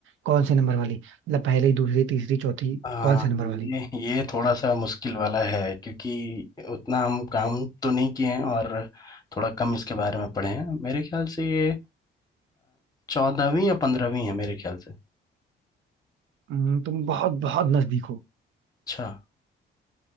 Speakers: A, on the right (about 75°); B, on the left (about 20°).
A: कौन से नंबर वाली मतलब पहली दूसरी तीसरी चौथी
B: हाँ
A: कौन से नंबर वाली
B: ये ये थोड़ा सा मुश्किल वाला है क्योंकि उतना हम काम तो नहीं किए हैं और थोड़ा कम इसके बारे में पढ़े हैं मेरे ख्याल से ये चौदहवीं या पंद्रहवीं है मेरे ख्याल से
A: हम्म, तुम बहुत बहुत नजदीक हो
B: अच्छा